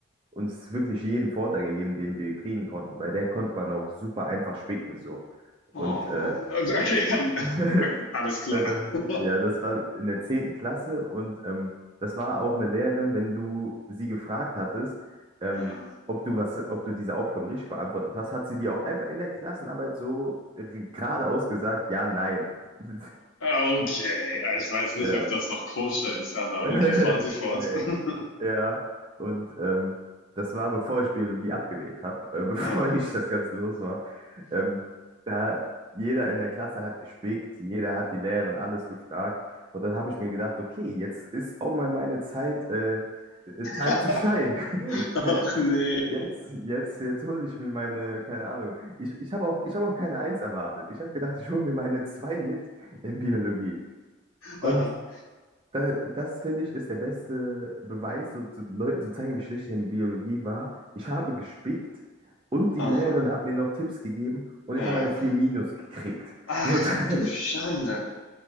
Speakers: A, on the right; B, on the left.
A: uns wirklich jeden Vorteil gegeben, den wir kriegen konnten. Bei der konnte man auch super einfach spicken so.
B: oh.
A: Und äh,
B: Also, Okay,
A: <laughs> Und
B: <laughs> alles klar.
A: Das ist,
B: <laughs>
A: ja, das war in der zehnten Klasse und ähm, das war auch eine Lehrerin, wenn du sie gefragt hattest, ähm,
B: Ja.
A: ob du was, ob du diese Aufgabe richtig beantwortet hast, hat sie dir auch einfach in der Klassenarbeit so geradeaus gesagt, ja, nein. <laughs>
B: Ah, Okay, Ah, ich weiß nicht,
A: Ja.
B: ob das noch koscher ist, aber
A: <laughs>
B: okay, fahren Sie fort.
A: Nee.
B: <laughs>
A: Ja, und ähm, das war, bevor ich Biologie abgewählt habe, äh, <laughs> bevor
B: Ja.
A: ich das Ganze los war. Ähm, da jeder in der Klasse hat gespickt, jeder hat die Lehrerin alles gefragt. Und dann habe ich mir gedacht, okay, jetzt ist auch mal meine Zeit, äh, äh, time
B: <laughs>
A: to shine. <laughs> Ne?
B: Ach nee.
A: Jetzt, jetzt, jetzt hole ich mir meine, keine Ahnung. Ich, ich habe auch, ich habe auch keine Eins erwartet. Ich habe gedacht, ich hole mir meine zwei mit in Biologie. Und
B: Aha.
A: da, das finde ich ist der beste Beweis, so zu Leuten zu zeigen, wie schlecht ich in Biologie war. Ich habe gespickt und die Lehrerin
B: Aha.
A: hat mir noch Tipps gegeben und
B: Ja.
A: ich habe eine 4 minus gekriegt.
B: Ach,
A: So, <laughs> das,
B: du Schande.